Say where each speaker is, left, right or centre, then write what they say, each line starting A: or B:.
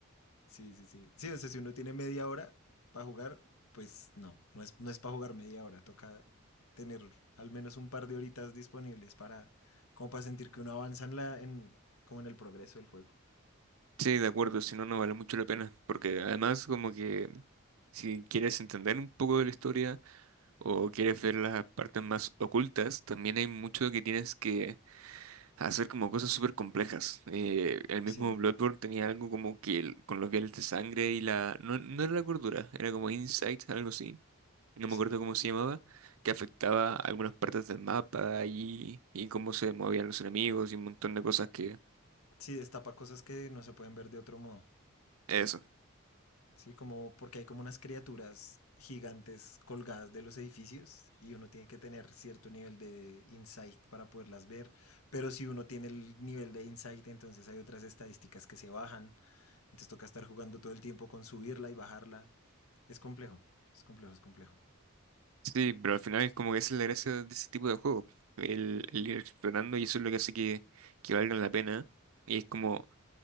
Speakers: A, on the left; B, on the right.
A: Sí, sí, sí. Sí, o sea, si uno tiene media hora para jugar, pues no, no es, no es para jugar media hora, toca tener al menos un par de horitas disponibles para, como para sentir que uno avanza en la, en, como en el progreso del juego.
B: Sí, de acuerdo, si no, no vale mucho la pena. Porque además como que si quieres entender un poco de la historia o quieres ver las partes más ocultas, también hay mucho que tienes que a hacer como cosas súper complejas. Eh, el mismo
A: Sí,
B: Bloodborne tenía algo como que el- con los viales de sangre y la... No, no era la cordura, era como Insight, algo así. No me
A: sí.
B: acuerdo cómo se llamaba, que afectaba algunas partes del mapa y, y cómo se movían los enemigos y un montón de cosas que...
A: Sí, destapa cosas que no se pueden ver de otro modo.
B: Eso.
A: Sí, como porque hay como unas criaturas gigantes colgadas de los edificios y uno tiene que tener cierto nivel de insight para poderlas ver, pero si uno tiene el nivel de insight, entonces hay otras estadísticas que se bajan Entonces toca estar jugando todo el tiempo con subirla y bajarla. Es complejo, es complejo, es complejo.
B: Sí, pero al final es como que esa es la gracia de ese tipo de juego. El, el ir explorando y eso es lo que hace que, que valgan la pena. Y es como,